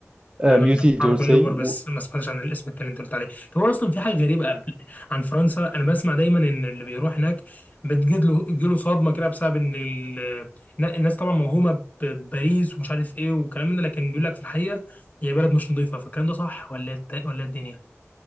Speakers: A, on the right; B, on the left.
A: آه،
B: لا انا
A: ميوزي دورسي
B: اعرف الليفر بس ما سمعتش عن الاسم التاني اللي انت قلت عليه طب هو اصلا في حاجه غريبه قبل عن فرنسا انا بسمع دايما ان اللي بيروح هناك بتجد له له صدمه كده بسبب ان ال- الناس طبعا موهومه بباريس ومش عارف ايه وكلام من ده لكن بيقول لك في الحقيقه هي بلد مش نظيفه فالكلام ده صح ولا إيه الت- ولا إيه الدنيا